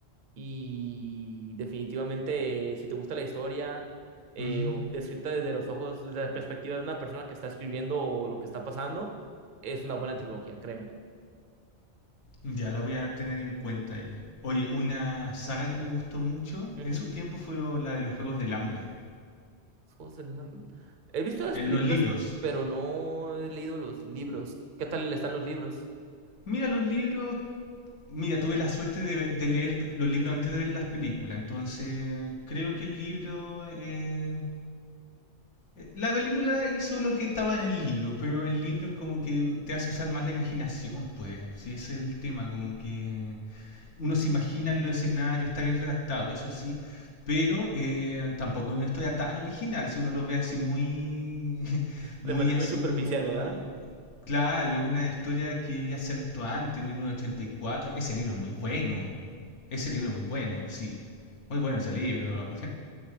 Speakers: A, on the right; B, on the left.
A: Y definitivamente, si te gusta la historia, eh,
B: Ujú.
A: o descrita desde los ojos, desde la perspectiva de una persona que está escribiendo o lo que está pasando, es una buena trilogía, créeme.
B: Ya la voy a tener en cuenta ahí. Oye, una saga que me gustó mucho
A: Ujú.
B: en su tiempo fue la de los Juegos del Hambre.
A: Los Juegos del Hambre. He visto las
B: En
A: películas,
B: los libros.
A: pero no he leído los libros. ¿Qué tal están los libros?
B: Mira, los libros. Mira, tuve la suerte de, ve- de leer los libros antes de ver las películas. Entonces, creo que el libro. eh, eh, la película hizo lo que estaba en el libro, pero el libro es como que te hace usar más la imaginación, pues. Si ese es el tema, como que uno se imagina en los escenarios, está bien redactado, eso sí, pero eh, tampoco es una historia tan original, si uno lo ve así muy, <laughs> muy
A: De manera
B: así
A: muy superficial,
B: como...
A: ¿verdad?
B: Claro, es una historia que ya se ha visto antes, en 1984. Ese libro es muy bueno. Ese libro es muy bueno, sí. Muy bueno ese libro.